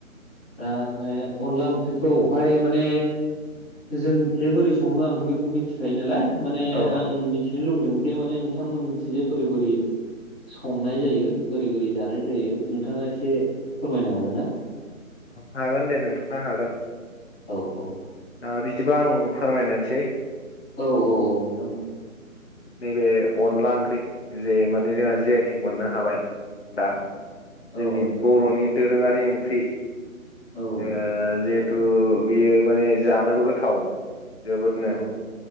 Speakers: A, in the centre; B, on the left (about 50°).
A: दा बे अनला ओंख्रिखौहाय माने जों जे बोरै सङो आंथ' बेखौ मिथिखायो नालाय माने
B: औ
A: आं मिथिनो लुबैदों जे माने नोंथांमोननिथिं जे बोरै बोरै सं नाय जायो बोरै बोरै जानाय जायो नोंथाङा एसे फोरमायनो हागोन ना?
B: हागोन दे नोंथाङा हागोन
A: औ औ
B: दा बिदिबा आं फोरमायनायसै
A: औ औ औ नोंथां।
B: नैबे अनला ओंख्रि जे माने जोंहा जि आइ टिक मोननो हाबाय। दा
A: ओ
B: जोंनि
A: औ नंगौ
B: बर'नि दोरोङारि ओंख्रि
A: औ
B: ओ जिहेथु बियो माने जानोबो गोथाव जोबोदनो
A: औ